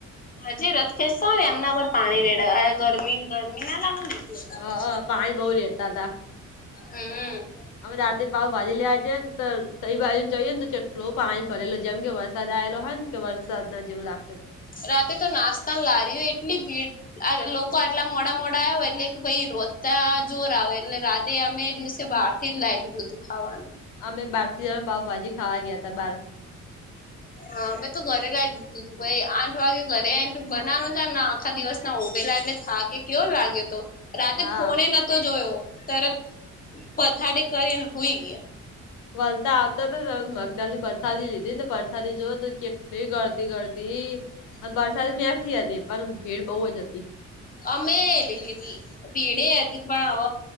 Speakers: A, on the left; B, on the left.
A: હજી રથ ખેંચતા હોય ને એમના પર પાણી રેડ ગરમી ગરમી ના લાવું ને એટલે કદાચ
B: હ પાણી બહુ રેડતા હતા.
A: હમ
B: અમે રાતેે પાવ ભાજી લે જીએ ને તો તય બાજુ ને જઈએ ને તો જેટલો પાણી ભરેલો જેમ કે વરસાદ આવેલો હોય ને કે વરસાદ ના જેવું લાગતુ તુ.
A: રાતે તો નાસ્તા લારી હોય એટલી ભીડ લોકો આટલા મોડા મોડા આયા હોય એટલે કે ભાઈ રોઘતા જોર આવે એટલે રાતે અમે દિવસે બહાર થી લાયુ તું બધું ખાવાનું.
B: અમે બાર થી જમે પાાવભાજી ખાવા ગયા! હતા બારે.
A: હા અમે તું ઘરે લાઈ તું તું ભાઈ આઠ વાગે ઘરે આઈન બનાવનું છે. આખા દિવસ ના ઉભેલા એટલે થાકે કેયો લાગ્યો તો. રાતે
B: હા
A: ફોને નતો જોયો તરત પથારી કરીને હોઈ ગયા.
B: વલતા આવતા તો મગદાલની પરસાદી લીધી ને પરસાદી જોવો કેટલી ગરદી ગરદી. વરસાદી મેઠી હતી પણ ભીડ બહુ જ હતી.
A: અમે એ લીધી તી ભીડે એથી પણ અવ